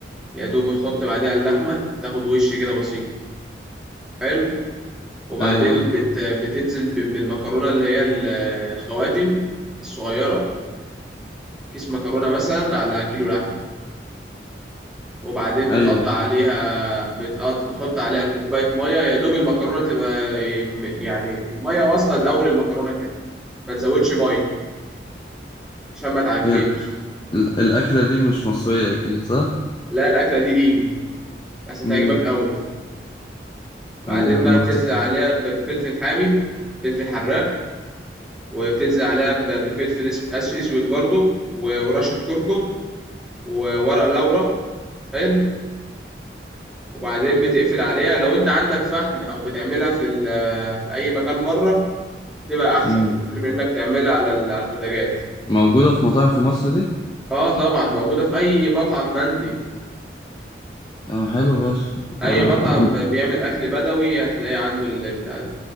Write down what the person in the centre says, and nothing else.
يا دوب تحط بعديها اللحمه تاخد وش كده بسيط حلو وبعدين
بت بتنزل ب- بالمكرونه اللي هي ال- الخواتم الصغيره كيس مكرونه مثلا على كيلو لحمه وبعدين بتقطع
عليها بتقط... بتحط عليها كوبايه ميه يا دوب المكرونه تبقى يعني الميه واصله لاول المكرونه كده ما تزودش ميه عشان ما تعجنش
لا الأكلة دي ليبي بس هتعجبك
قوي وبعدين
بقى
بتنزل
عليها ب- بفلفل حامي فلفل حراق وبتنزل عليها ب- بفلفل اس- أس- اسود برضو و- ورشة كركم وورق لورا حلو وبعدين بتقفل عليها لو انت عندك فحم او بتعملها في ال- في اي مكان بره هتبقى احسن
بكتير من انك تعملها على ال- على البوتاجاز
اه طبعا موجودة في اي مطعم مندي
اي
مطعم بيعمل اكل بدوي هتلاقيه عنده البتاع دي